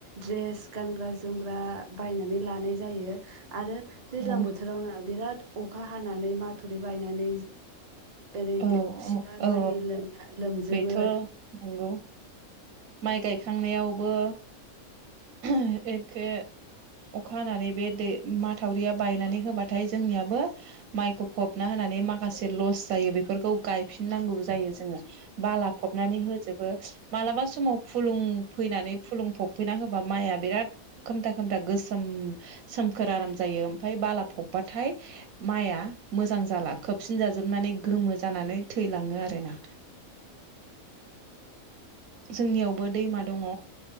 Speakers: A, on the right; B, on the right.
A: ड्रेस गानग्रा जोमग्रा बायनानै लानाय जायो आरो दैज्लां
B: औ
A: बोथोरावनो बिराद अखा हानानै माथुरि बायनानै ओरै
B: औ
A: दो सिलामानि
B: औ औ
A: लोमना लोमजोबो।
B: बेथ' नंगौ माइ गायखांनायावबो एखे अखा हानानै बे दै माथावरिया बायनानै होबाथाय जोंनियाबो माइखौ फबना होनानै माखासे लस जायो बेफोरखौ गायफिननांगौबो जायो जोङो। बाला फबनानै होजोबो मालाबा स फुलुं फैनानै फुलुं फबफैना होबा माइआ बिराद खोमथा खोमथा गोसोम सोमखोर आराम जायो ओमफ्राय बाला फबबाथाय माइआ मोजां जाला। खोबसिन जाजोबनानै गोमो जानानै थैलाङो आरोना। जोंनियावबो दैमा दङ।